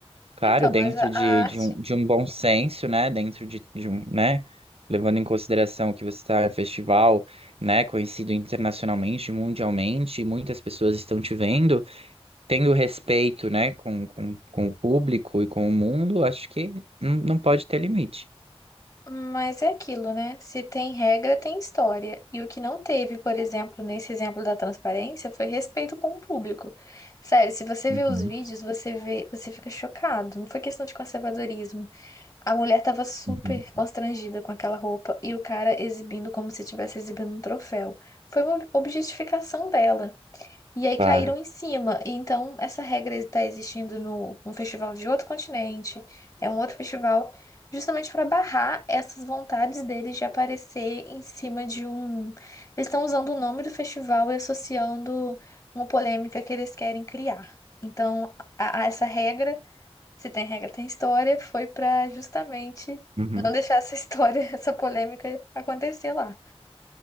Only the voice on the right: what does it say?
Claro,
dentro
de,
de um, de um bom senso, né? Dentro de, de um, né? Levando em consideração que você está em um festival, né? Conhecido internacionalmente, mundialmente, e muitas pessoas estão te vendo, tendo respeito, né? Com, com, com o público e com o mundo, acho que não, não pode ter limite.
Uhum,
uhum.
Claro.
Uhum.